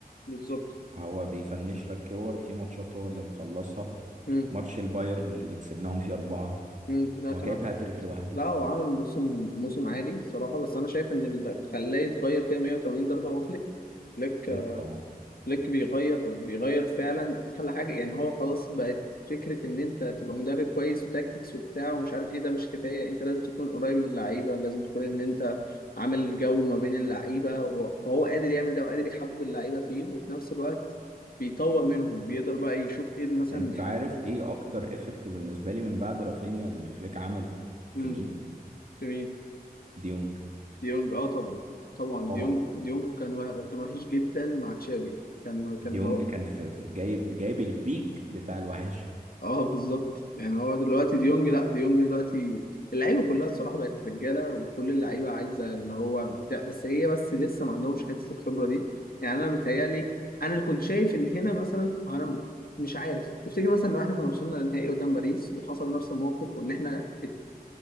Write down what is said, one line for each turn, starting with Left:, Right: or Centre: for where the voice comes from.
Left: بالظبط
Right: هو بيفنش لك كور في ماتشات هو اللي مخلصها
Left: امم
Right: ماتش البايرن اللي كسبناهم فيه أربعة
Left: امم لا،
Right: هو
Left: كان
Right: جايب هاتريك لوحده
Left: لا هو عامل موسم موسم عادي الصراحة بس أنا شايف إن اللي خلاه يتغير كده 180 درجة هو فليك فليك
Right: فليك طبعا
Left: فليك بيغير بيغير فعلا أحلى حاجة يعني هو خلاص بقت فكرة إن أنت تبقى مدرب كويس وتاكتكس وبتاع ومش عارف إيه ده مش كفاية أنت لازم تكون قريب من اللعيبة لازم تكون إن أنت عامل جو ما بين اللعيبة وهو- فهو قادر يعمل ده وقادر يحبب اللعيبة فيه وفي نفس الوقت بيطور منهم بيقدر بقى يشوف إيه مثلا
Right: انت
Left: الحاجة
Right: عارف ايه اكتر افكت بالنسبة لي من بعد رافينيا اللي فليك عمله
Left: في
Right: في مين
Left: مين؟
Right: ديونج
Left: ديونج اه طبعا طبعا
Right: طبعا
Left: ديونج ديونج كان وح- كان وحش جدا مع تشافي كان كان
Right: ديونج
Left: لو-
Right: كان في في- جايب جايب البيك بتاع الوحش
Left: اه بالظبط يعني هو دلوقتي ديونج لا ديونج دلوقتي اللعيبه كلها الصراحه بقت رجاله وكل اللعيبه عايزه اللي هو بتاع بس هي بس لسه ما عندهمش حته الخبره دي يعني انا متهيألي انا اللي كنت شايف ان هنا مثلا انا مش عارف تفتكر مثلا لو احنا كنا وصلنا للنهائي قدام باريس وحصل نفس الموقف وان احنا ات...